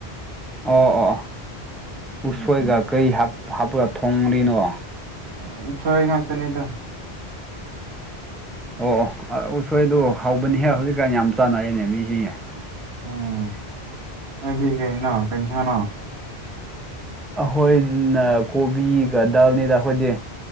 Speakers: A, in the centre; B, on the right (about 90°).
A: ꯑꯣ ꯑꯣ ꯎꯁꯣꯏꯒ ꯀꯩ ꯍꯥꯞ ꯍꯥꯞꯄ ꯊꯣꯡꯔꯤꯅꯣ꯫
B: ꯑꯥ ꯎꯁꯣꯏ ꯉꯥꯛꯇꯅꯤꯗ
A: ꯑꯣ ꯑꯣ ꯎꯁꯣꯏꯗꯨ ꯍꯧꯕꯅꯤꯍꯦ ꯍꯧꯖꯤꯛꯀꯥꯟ ꯌꯥꯝ ꯆꯥꯟꯅꯩꯅꯦ ꯃꯤꯁꯤꯡꯁꯦ꯫
B: ꯎꯝ ꯅꯣꯏꯗꯤ ꯀꯩꯅꯣ ꯀꯩꯏꯟꯁꯥꯡꯅꯣ꯫
A: ꯑꯈꯣꯏꯅ ꯀꯣꯕꯤꯒ ꯗꯥꯜꯅꯤꯗ ꯑꯈꯣꯏꯗꯤ